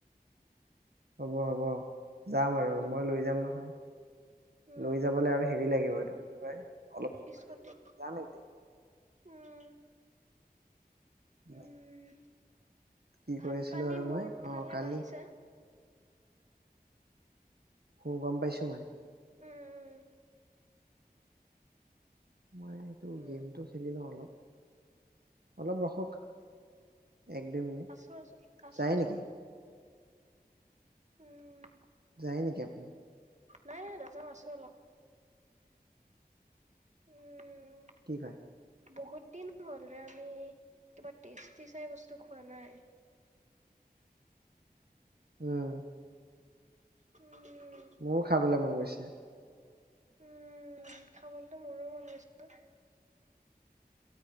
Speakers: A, on the right; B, on the right.
A: হ'ব। হ'ব। যাম আৰু
B: উম
A: মই লৈ যাম নহয়,
B: উম
A: লৈ যাবলৈ আৰু হেৰি লাগিব, এইটো, কি বুলি কয় অলপ সময়
B: স্কুটি
A: লাগিব আৰু, যাম একদিন।
B: উম
A: <inaudible>
B: উম
A: কি
B: ভাত
A: কৈ আছিলো
B: পানী
A: আৰু
B: মোৰ
A: মই
B: ফালে
A: অ কালি
B: বাঢ়িছে।
A: অঁ গম পাইছো মই।
B: উম। উম।
A: মই এইটো
B: উম
A: গেমটো খেলি লওঁ অলপ, অলপ ৰখক। এক দুই মিনিট
B: আছোঁ আছোঁ, আছোঁ
A: যায়
B: আছোঁ
A: নেকি
B: উম।
A: যায় নেকি আপুনি?
B: নাই নাই নাযাওঁ আছোঁ অলপ। উম।
A: ঠিক হৈ
B: বহুত দিন হ'ল আমি কিবা টেষ্টি চাই বস্ত খোৱা নাই।
A: উম।
B: উম,
A: মোৰো খাবলৈ মন গৈছে।
B: উম খাবলৈতো মোৰো মন গৈছে।